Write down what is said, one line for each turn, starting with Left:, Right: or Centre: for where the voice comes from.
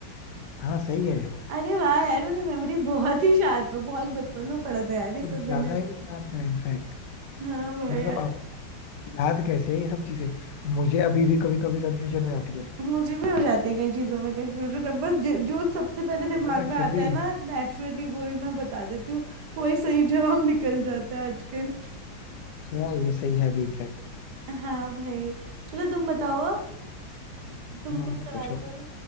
Left: हाँ सही है
Right: अरे वाह यार मेरी मेमोरी बहुत ही शार्प है बहुत बचपन में पढ़ा था यार ये
Left: कुछ
Right: सब
Left: ज्यादा
Right: मैंने
Left: ही शार्प है इनफैक्ट
Right: हाँ भाई
Left: मतलब
Right: यार
Left: आप याद कैसे है ये सब चीजें मुझे अभी भी कभी कभी कंफ्यूजन हो जाती है
Right: मुझे भी हो जाती है कई चीजों में कंफ्यूजन अब बस जो जो सबसे पहले दिमाग
Left: बट
Right: में
Left: फिर
Right: आता
Left: भी
Right: है ना नेचुरली वो ही मैं बता देती हूँ वही सही जवाब निकल जाता है आजकल
Left: हाँ, ये सही है भी इनफैक्ट
Right: हाँ भाई चलो तुम बताओ तुम
Left: हाँ
Right: कोई सवाल
Left: पूछो
Right: करो